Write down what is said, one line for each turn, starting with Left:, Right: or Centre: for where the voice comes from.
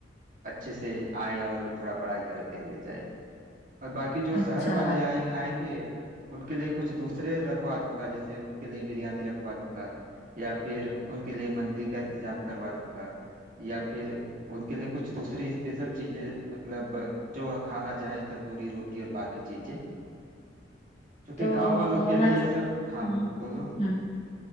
Right: अच्छे से आए और थोड़ा बड़ाई करते हुए जाए और बाकी जो
Left: अच्छा
Right: शहर वाले आएंगे आएंगे उनके लिए कुछ दूसरे रखवा दूंगा जैसे उनके लिए बिरयानी रखवा दूंगा या फिर उनके लिए मंदी का इंतजाम करवा दूंगा या फिर उनके लिए कुछ दूसरी स्पेशल चीजें मतलब जो वह खाना चाहें तंदूरी रोटी और बाकी चीजें क्योंकि
Left: तो
Right: गांव वालों के
Left: मत
Right: लिए ऐसा हाँ
Left: हम्म
Right: बोलो
Left: हम्म